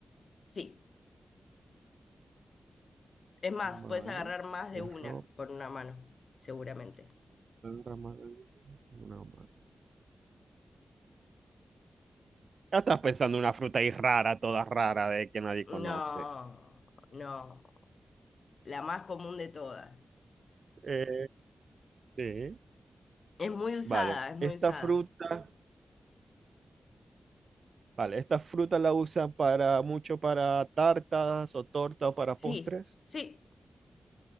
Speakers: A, on the left; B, on the right.
A: Sí. Es más,
B: Vale,
A: puedes agarrar más de
B: es
A: una
B: ropa,
A: con una mano, seguramente.
B: rama- una mano. Ya estás pensando en una fruta ahí rara, toda rara, de que nadie conoce.
A: No, no. La más común de todas.
B: Eh, sí.
A: Es muy usada,
B: Vale,
A: es muy
B: esta
A: usada.
B: fruta, vale, esta fruta la usan para mucho para tartas o tortas o para
A: Sí,
B: postres.
A: sí,